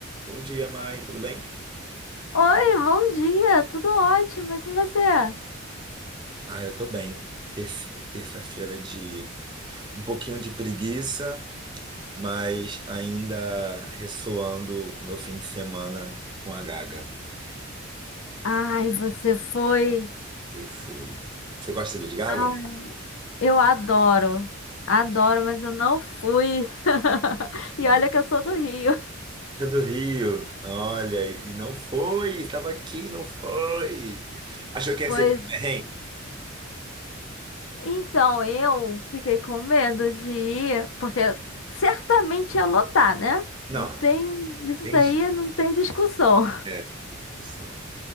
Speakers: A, on the right (about 25°); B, on the left (about 80°).
A: Bom dia, Mai, tudo bem?
B: Oi, bom dia, tudo ótimo, e com você?
A: Ah, eu tô bem. Terce- Terça-feira é de um pouquinho de preguiça, mas ainda ressoando o meu fim de semana com a Gaga.
B: Ai, você foi.
A: Eu fui. Você gosta de Lady Gaga?
B: Ah, Eu adoro, adoro, mas eu não fui. <laughs>
A: Não.
B: E olha que eu sou do Rio.
A: Você é do Rio. Olha, e não foi, estava aqui, não foi. Achou que ia
B: Pois
A: ser muito perrengue?
B: então eu fiquei com medo de ir, porque certamente ia lotar, né?
A: Não,
B: Não tem, isso
A: tem
B: daí
A: jeito.
B: não tem discussão.
A: É, opção.